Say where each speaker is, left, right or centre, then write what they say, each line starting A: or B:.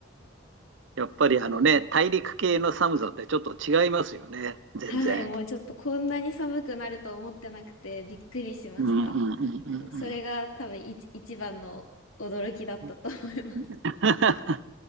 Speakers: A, on the right; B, on the left.
A: やっぱりあのね、
B: もう、
A: 大陸系の寒さってちょっと違いますよね、全然。
B: はい、もうちょっとこんなに寒くなると思ってなくてびっくりしました。
A: うん、うん、うん、うん、
B: それが多分一、一番の驚きだったと思います。
A: うん。<laughs>